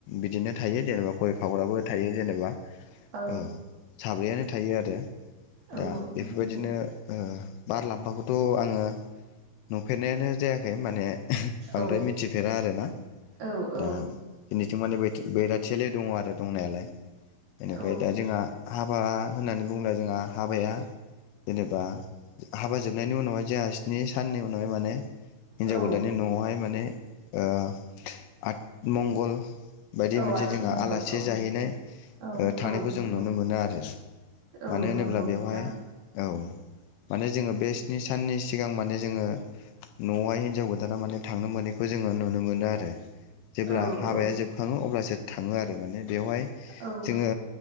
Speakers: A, on the left; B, on the right.
A: बिदिनो थायो जेनेबा गय खावग्राबो थायो जेनेबा।
B: औ
A: ओ साब्रैयानो थायो आरो
B: औ
A: दा बेफोरबायदिनो
B: नंगौ
A: ओ बारलांफाखौथ' आङो नुफेरनायानो जायाखै माने हि बांद्राय
B: औ
A: मिथिफेरा आरोना
B: औ
A: दा
B: औ
A: <unintelligible> माने बैराथियालाय दङ आरो दंनायालाय बेनिफ्राय
B: औ
A: दा जोंहा हाबा होननानै बुङो जोंहा हाबाया जेनेबा हाबाजोब नायनि उनावहाय जोंहा स्नि साननि उनावहाय माने हिन्जाव
B: औ
A: गोदानानि न'आवहाय माने ओ आठ मंगल बायदि
B: औ
A: मोनसे
B: आथिमंगल
A: जोंहा आलासि
B: औ
A: जाहैनाय
B: औ
A: थानायखौ
B: औ
A: जों
B: नंगौ
A: नुनो मोनो आरो।
B: औ
A: मानो होनोब्ला
B: नंगौ
A: बेवहाय
B: नोंथां
A: औ माने जोङो बे स्नि साननि सिगां माने जोङो न'आवहाय हिनजाव गोदाना माने थांनो मोनो खौ जोङो नुनो मोनो आरो जेब्ला
B: औ
A: हाबाया
B: औ
A: जोबखाङो अब्लासो थाङो आरो माने बेवहाय
B: औ
A: जोङो